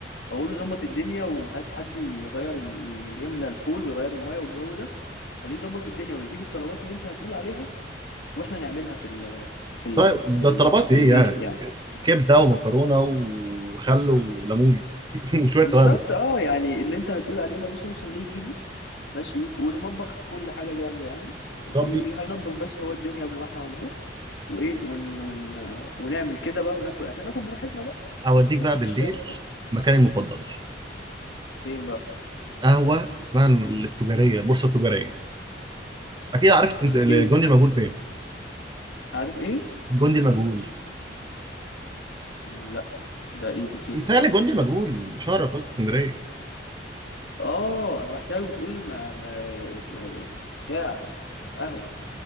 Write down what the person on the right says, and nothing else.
طيب ده
الطلبات
ايه
يعني
كبده ومكرونه وخل وليمون <laughs> وشويه
توابل
طب
بيس
اوديك
بقى
بالليل
مكاني المفضل
قهوه اسمها التجاريه البورصه التجاريه اكيد عارف تمس...
الجندي
المجهول فين
الجندي المجهول
تمثال
الجندي المجهول شارع في وسط اسكندريه